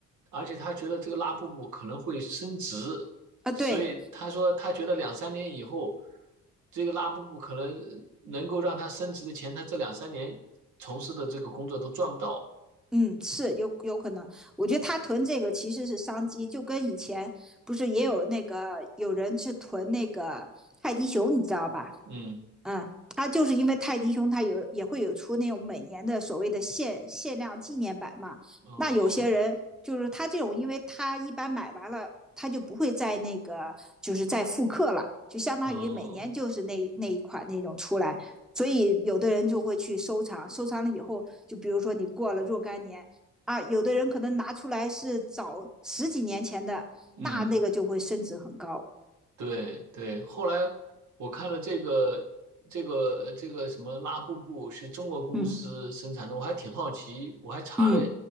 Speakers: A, on the right; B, in the centre.
A: 而且他觉得这个拉布布可能会升值，
B: 啊，
A: 所以他说他觉得两三年以后，
B: 对，
A: 这个拉布布可能能够让他升值的钱，他这两三年从事的这个工作都赚不到。
B: 嗯是有有可能。我觉得他囤这个其实是商机，就跟以前不是也有那个有人去囤那个泰迪熊，你知道吧？
A: 嗯
B: 嗯，他就是因为泰迪熊，他有也会有出那种每年的所谓的限限量纪念版嘛。
A: 嗯
B: 那有些人就是他这种，因为他一般买完了，他就不会再那个，就是再复刻了，就相当于每年就是那那一款那种出来。
A: 嗯
B: 所以有的人就会去收藏，收藏了以后，就比如说你过了若干年啊，有的人可能拿出来是早十几年前的，
A: 嗯。
B: 那那个就会升值很高。
A: 对对，后来我看了这个这个呃这个什么拉布布是中国公司生产的，
B: 嗯
A: 我还挺好奇，我还查了
B: 嗯，